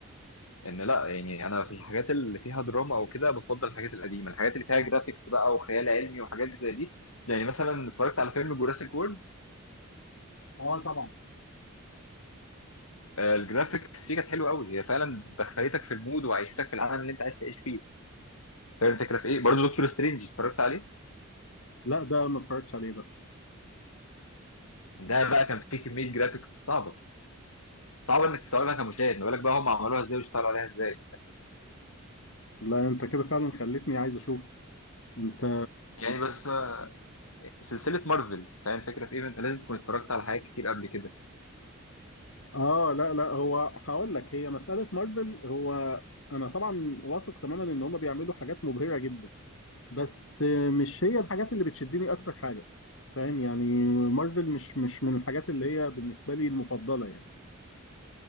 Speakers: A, on the left; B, on the left.
A: ان لا يعني انا في الحاجات اللي فيها دراما او كده بفضل الحاجات القديمه الحاجات اللي فيها جرافيكس بقى وخيال علمي وحاجات زي دي يعني مثلا اتفرجت على فيلم جوراسيك وورلد
B: اه طبعا
A: الجرافيكس فيه كانت حلوه قوي هي فعلا دخلتك في المود وعيشتك في العالم اللي انت عايز تعيش فيه فاهم الفكره في ايه برضه دكتور سترينج اتفرجت عليه
B: لا ده ما اتفرجتش عليه ده
A: ده بقى كان فيه كميه جرافيكس صعبه صعبه انك تستوعبها كمشاهد ما بالك بقى هم عملوها ازاي واشتغلوا عليها ازاي
B: لا أنت كده فعلا خلتني عايز أشوفه أنت
A: يعني بس آه، سلسله مارفل فاهم الفكره في ايه انت لازم تكون اتفرجت على حاجات كتير قبل كده
B: اه لا لا هو هقول لك هي مسألة مارفل هو انا طبعا واثق تماما ان هم بيعملوا حاجات مبهرة جدا بس مش هي الحاجات اللي بتشدني اكتر حاجة فاهم يعني مارفل مش مش من الحاجات اللي هي بالنسبة لي المفضلة يعني